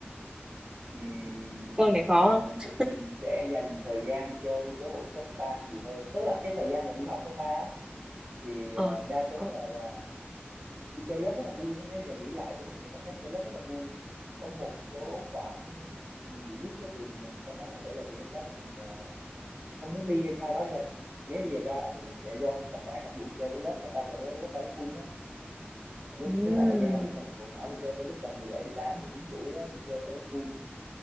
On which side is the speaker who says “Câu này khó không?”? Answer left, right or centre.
Right